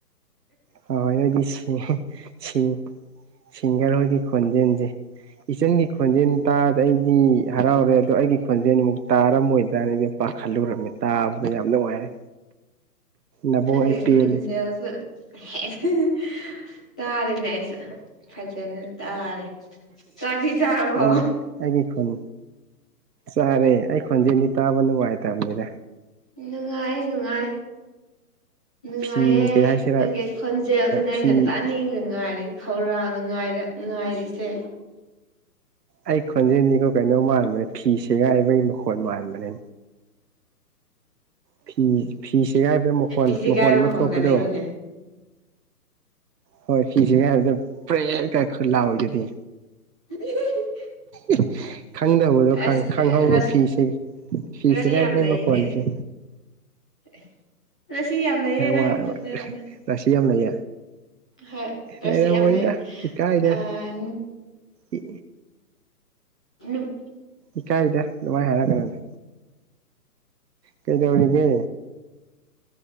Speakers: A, on the right (about 80°); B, in the centre.
A: ꯍꯣꯏꯅꯗꯤ ꯁꯤ ꯁꯤ ꯁꯤꯒꯔꯍꯣꯢꯒꯤ ꯈꯣꯟꯖꯦꯟꯁꯦ ꯏꯆꯟꯒꯤ ꯈꯣꯟꯖꯦꯜ ꯇꯥꯗ ꯑꯩꯗꯤ ꯍꯔꯥꯎꯔꯦ ꯑꯗꯣ ꯑꯩꯒꯤ ꯈꯣꯟꯖꯦꯜꯃꯨꯛ ꯇꯥꯔꯝꯃꯣꯏꯗ꯭ꯔꯥꯅ ꯑꯩꯗꯤ ꯈꯜꯂꯨꯔꯝꯃꯦ ꯇꯥꯕꯗ ꯌꯥꯝ ꯅꯨꯡꯉꯥꯏꯔꯦ
B: ꯑ
A: ꯅꯕꯨꯡ
B: ꯑꯩꯒꯤ
A: ꯑꯩ ꯄꯦꯜꯂꯦ
B: ꯈꯣꯟꯖꯦꯜꯁꯦ ꯑꯦ ꯍꯦ ꯇꯥꯔꯦꯅꯦ ꯑꯩꯁꯨ ꯐꯖꯅ ꯇꯥꯔꯦ ꯆꯥꯛꯇꯤ ꯆꯥꯔꯕꯣ
A: ꯑꯩ ꯑꯩꯒꯤ ꯈꯣꯟ ꯆꯥꯔꯦ ꯑꯩ ꯈꯣꯟꯖꯦꯜꯗꯤ ꯇꯥꯕ ꯅꯨꯡꯉꯥꯏꯇꯕꯅꯤꯗ
B: ꯅꯨꯡꯉꯥꯏ ꯅꯨꯡꯉꯥꯏ ꯅꯨꯡꯉꯥꯏꯌꯦ
A: ꯐꯤ ꯀꯩ ꯍꯥꯏꯁꯤꯔꯥ
B: ꯅꯪꯒꯤ ꯈꯣꯟꯖꯦꯜꯗꯨꯅꯦ ꯑꯩꯅ
A: ꯐꯤ
B: ꯇꯥꯅꯤꯡꯕ ꯉꯥꯏꯔꯤ ꯈꯧꯔꯥꯡꯅ ꯉꯥꯏꯔꯦ ꯉꯥꯏꯔꯤꯁꯦ
A: ꯑꯩ ꯈꯣꯟꯖꯦꯜꯗꯤꯀꯣ ꯀꯩꯅꯣ ꯃꯥꯟꯕꯅꯦ ꯐꯤ ꯁꯦꯒꯥꯏꯕꯒꯤ ꯃꯈꯣꯟ ꯃꯥꯟꯕꯅꯦ ꯐꯤ ꯐꯤꯁꯦꯒꯥꯏꯕ ꯃꯈꯣꯟ
B: ꯏꯁꯤ
A: ꯃꯈꯣꯟ
B: ꯀꯥꯏꯕ
A: ꯑꯃ
B: ꯃꯈꯣꯟꯒ
A: ꯊꯣꯛꯄꯗꯣ
B: ꯂꯩꯕꯅꯦ
A: ꯍꯣꯏ ꯐꯤ ꯁꯤꯒꯥꯏꯕꯗ ꯄꯔꯦ ꯀ ꯈꯔ ꯂꯥꯎꯑꯣꯏꯗꯨꯗꯤ
B: ꯍꯍꯍ
A: <inaudible> ꯈꯪꯗꯕꯗꯣ
B: ꯑꯁ
A: ꯈꯪꯍꯧꯔꯣ
B: ꯔꯁ
A: ꯐꯤꯁꯦ ꯐꯤꯁ
B: ꯔꯁꯤ
A: ꯀꯥꯏ
B: ꯌꯥꯝ
A: ꯐꯩ
B: ꯂꯩꯌꯦꯅꯦ
A: ꯃꯈꯣꯟꯁꯦ
B: <inaudible> ꯔꯁꯤ ꯌꯥꯝ ꯂꯩꯌꯦ ꯅꯪꯒꯤ
A: ꯋꯥ
B: ꯈꯣꯟꯖꯦꯜꯗ
A: ꯋꯥ ꯔꯤꯁꯤ ꯌꯥꯝ ꯂꯩ
B: ꯍꯣꯏ ꯔꯁꯤ
A: ꯂꯩꯔꯝꯃꯣꯢꯗ
B: ꯌꯥꯝ ꯂꯩ
A: ꯏꯀꯥꯏꯗ
B: ꯑꯥ
A: ꯏ ꯏ
B: ꯅꯨꯞ
A: ꯏꯀꯥꯏꯗ ꯅꯨꯡꯉꯥꯏ ꯍꯥꯏꯔꯛꯒꯅꯨꯗ ꯀꯩꯗꯧꯔꯤꯒꯦ